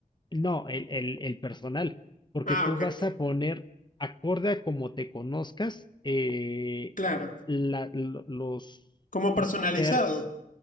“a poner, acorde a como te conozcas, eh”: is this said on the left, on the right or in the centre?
Left